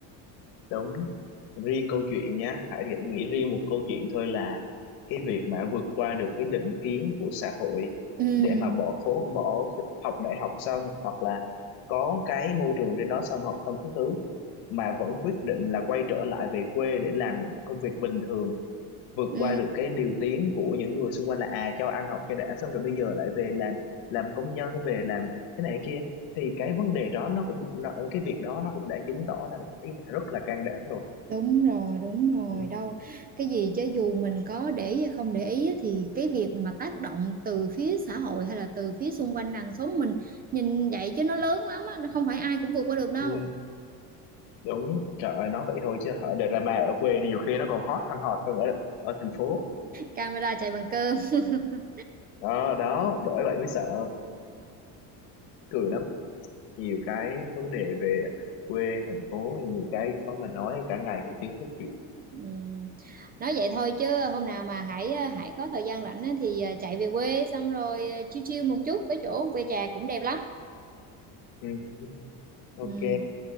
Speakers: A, on the left (about 75°); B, on the right (about 25°).
A: đúng riêng câu chuyện nhá hãy nghĩ nghĩ riêng một câu chuyện thôi là cái việc mà vượt qua được cái định kiến của xã hội
B: ừ
A: để mà bỏ phố bỏ học đại học xong hoặc là có cái môi trường trên đó xong học xong các thứ mà vẫn quyết định là quay trở lại về quê để làm những công việc bình thường vượt
B: ừ
A: qua được cái điều tiếng của những người xung quanh là à cho ăn học cho đã xong rồi bây giờ lại về làm làm công nhân về làm cái này cái kia thì cái vấn đề đó nó cũng nó, cái việc đó nó cũng đã chứng tỏ là bạn ấy đã rất là can đảm rồi
B: đúng rồi đúng rồi
A: Ừ,
B: đâu cái gì chứ dù mình có để ý hay không để ý á, thì cái việc mà tác động từ phía xã hội hay là từ phía xung quanh nàng xóm mình nhìn vậy chứ nó lớn lắm á nó không phải ai cũng vượt qua được đâu
A: ừ, đúng trời ơi nói vậy thôi chứ ở drama ở quê nhiều khi nó còn hot hơn hot hơn ở ở thành phố
B: camera chạy bằng cơm <laughs>
A: đó đó bởi vậy mới sợ
B: Ừ.
A: cười lắm nhiều cái vấn đề về quê thành phố nhiều cái có mà nói cả ngày cũng chưa hết chuyện
B: Ừ. Nói vậy thôi chứ hôm nào mà Hải ờ, Hải có thời gian rảnh á thì ờ, chạy về quê xong rồi ờ, chill chill một chút cái chỗ quê trà cũng đẹp lắm.
A: ừ, ừ, ok
B: Ừ,